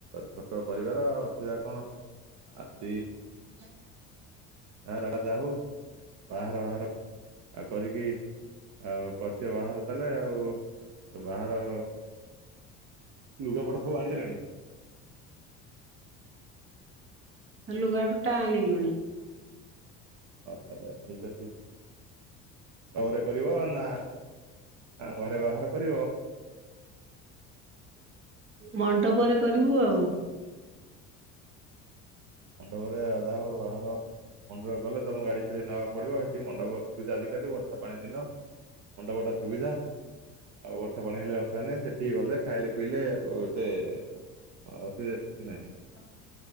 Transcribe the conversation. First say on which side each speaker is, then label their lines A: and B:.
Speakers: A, on the right (about 60°); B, on the right (about 40°).
A: ଛୋଟ ପରିବାର ଅସୁବିଧା କଣ ଆଦି
B: ହ
A: ତାର ଯାଆ ହଉ ବାହାର ବାହାର ଆଉ କରିକି ଆଉ କରିଦିଅ ବାହାର ତାହେଲେ ଆଉ ବାହାର ଲୁଗାପଟ ସବୁ ଆଣିିଲଣି
B: ଲୁଗାପଟା ଆଣିଲୁଣି
A: ହଉ ତାହେଲେ ଠିକ୍ ଅଛି ମଣ୍ଡପରେ କରିବ ନା ଘରେ ବାହାଘର କରିବ
B: ମଣ୍ଡପରେ କରିବୁ ଆଉ
A: ମଣ୍ଡପରେ ଯାହା ହଉ ବାହାଘର ମଣ୍ଡପରେ କଲେ ତମ ଗାଡ଼ି ଫାଡି ନବା ପଡ଼ିବ ସେଠି ମଣ୍ଡପ ସୁବିଧା ଆଜିକାଲି ବର୍ଷ ପାଣି ଦିନ ମଣ୍ଡପ ଟା ସୁବିଧା ଆଉ ବର୍ଷା ପାଣି ହେଲେ ଅସୁବଧା ନାହିଁ ସେଠିକି ଗଲେ ଖାଇଲେ ପିଇଲେ ଆଉ ଏତେ ଆଉ ଅସୁବିଧା କିଛି ନାହିଁ
B: ହଁ